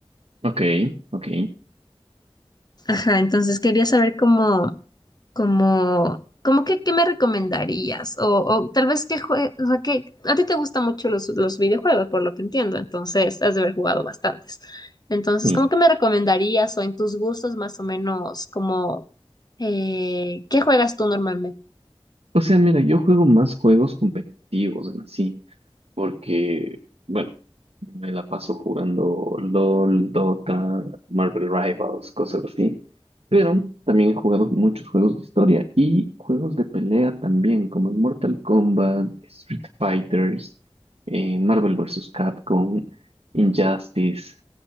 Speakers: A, on the right; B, on the left.
A: Ok, ok,
B: Ajá, entonces quería saber cómo... Como, como que, ¿qué me recomendarías? O, o tal vez que jue- o sea, que a ti te gustan mucho los, los videojuegos, por lo que entiendo, entonces has de haber jugado bastantes. Entonces,
A: sí.
B: ¿cómo que me recomendarías o en tus gustos más o menos como eh, qué juegas tú normalmente?
A: O sea, mira, yo juego más juegos competitivos en sí. porque, bueno, me la paso jugando LOL, Dota, Marvel Rivals, cosas así. Pero también he jugado muchos juegos de historia y juegos de pelea también, como el Mortal Kombat, Street Fighters, eh, Marvel versus Capcom, Injustice.